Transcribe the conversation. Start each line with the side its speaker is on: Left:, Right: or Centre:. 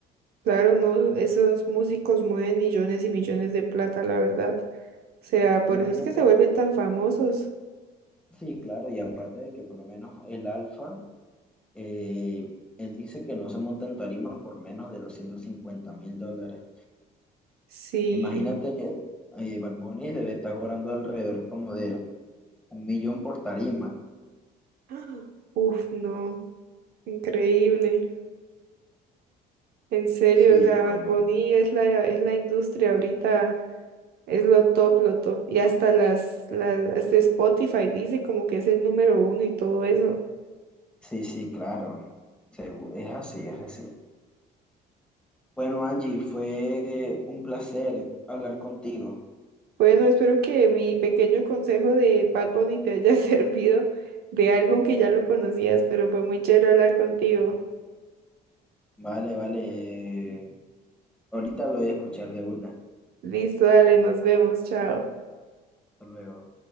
Right: Claro, no, esos músicos mueven millones y millones de plata, la verdad. O sea, por
Centre: Imagínate,
Right: eso es que se vuelven tan famosos.
Centre: sí, claro, y aparte de que por lo menos el Alfa, eh, él dice que no se monta en tarima por menos de doscientos cincuenta mil dólares.
Right: Sí.
Centre: Imagínate, eh, Bad Bunny debe estar cobrando alrededor como de un millón por tarima.
Right: <gasps> ¡Ah! Uf, no. Increíble. En serio,
Centre: Sí,
Right: o sea,
Centre: bueno,
Right: Bad Bunny es la, es la industria ahorita. Es lo top, lo top. Y hasta las, las, hasta Spotify dice como que es el número uno y todo eso.
Centre: sí, sí, claro, Segu- es así, es así. Bueno, Angie, fue un placer hablar contigo.
Right: Bueno, espero que mi pequeño consejo de Bad Bunny te haya <laughs> servido de algo que ya lo conocías, pero fue muy chévere hablar contigo.
Centre: Vale, vale. eh, ahorita lo voy a escuchar de una.
Right: Listo, dale, nos vemos, chao.
Centre: Hasta luego.